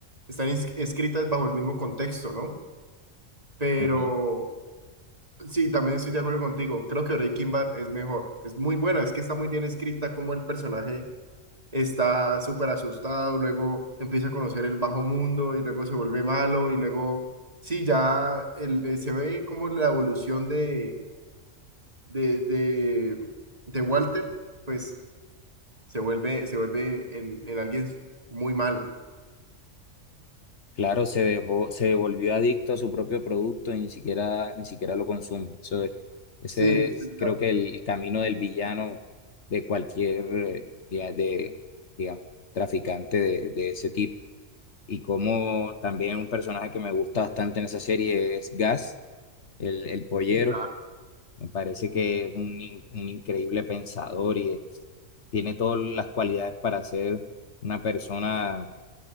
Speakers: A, on the right; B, on the left.
A: están ins- escritas bajo el mismo contexto, ¿no? Pero
B: Ujú.
A: sí, también estoy de acuerdo contigo. Creo que Breaking Bad es mejor. Es muy buena, es que está muy bien escrita como el personaje está súper asustado, luego empieza a conocer el bajo mundo y luego se vuelve malo y luego, sí, ya el- eh, se ve como la evolución de, de, de, de Walter, pues se vuelve, se vuelve en, en alguien muy malo.
B: Claro, se dejó, se volvió adicto a su propio producto y ni siquiera, ni siquiera lo consume. Eso, es- ese
A: Sí, es
B: es,
A: verdad.
B: creo que el camino del villano de cualquier, eh, diga- de, digamos, traficante de, de ese tipo. Y como también un personaje que me gusta bastante en esa serie es Gas, el, el pollero.
A: Sí, claro.
B: Me parece que es un, in- un increíble pensador y es- tiene todas las cualidades para ser una persona